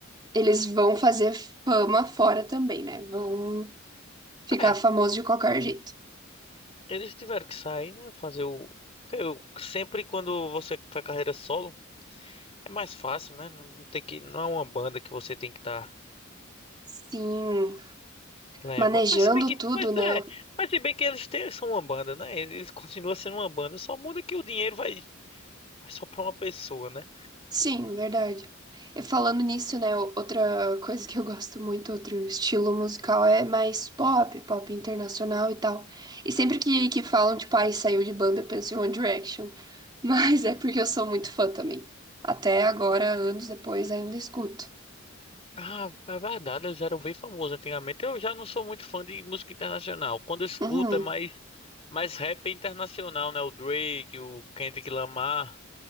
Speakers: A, on the right; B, on the left.
A: eles vão fazer fama fora também, né? Vão ficar
B: é.
A: famosos de qualquer jeito.
B: Eles tiveram que sair, né? Fazer o que eu sempre quando você faz carreira solo, é mais fácil, né? Não tem que não é uma banda que você tem que estar
A: Sim,
B: Leva.
A: manejando
B: Mas se bem que,
A: tudo,
B: mas
A: né?
B: é,
A: Eu-
B: mas se bem que eles têm, são uma banda, né? Eles continuam sendo uma banda, só muda que o dinheiro vai, vai só pra uma pessoa, né?
A: Sim, verdade. E falando nisso, né? o- Outra coisa que eu gosto muito, outro estilo musical é mais pop, pop internacional e tal. E sempre que, que falam, tipo, ai, saiu de banda, eu penso em One Direction. <laughs> Mas é porque eu sou muito fã também. Até agora, anos depois, ainda escuto.
B: Ah, é verdade, eles eram bem famosos antigamente. Eu já não sou muito fã de música internacional. Quando eu escuto
A: Uhum.
B: é mais, mais rap internacional, né? O Drake, o Kendrick Lamar.